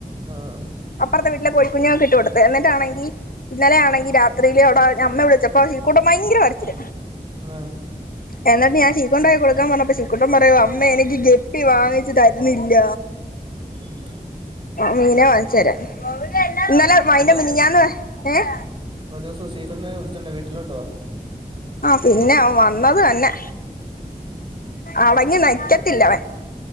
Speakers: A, on the right (about 30°); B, on the left (about 70°).
A: ആഹ്
B: അപ്പറത്തെ വീട്ടില കോഴി കുഞ്ഞുങ്ങൾക്ക് ഇട്ടുകൊടുത്ത് എന്നിട്ടാണെങ്കിൽ ഇന്നലെ ആണെങ്കിൽ രാത്രിയിൽ അവിടെ അമ്മ വിളിച്ചപ്പ ശ്രീ കുട്ടൻ ഭയങ്കര കരച്ചിൽ
A: ആ
B: എന്നിട്ട് ഞാൻ ശീകുട്ടൻ പോയി കൊടുക്കാൻ പറഞ്ഞപ്പ ശീക്കുട്ടം പറയോ അമ്മ എനിക്ക് ഗെപ്പി വാങ്ങിച്ചു തരുന്നില്ല
A: ഉം
B: മീനാ വാഗിച്ചര ഇന്നലെ അയിന്റെ
A: ഒരു
B: മിനിഞ്ഞാന്ന് ഏഹ്
A: ഒരു ദിവസം സ്വീകരനെ വിളിച്ചിണ്ടോ വീട്ടിലോട്ട് വാ അഹ്
B: ആഹ് പിന്നെ അവൻ വന്നത് തന്നെ അടങ്ങി നി ക്കത്തില്ല അവൻ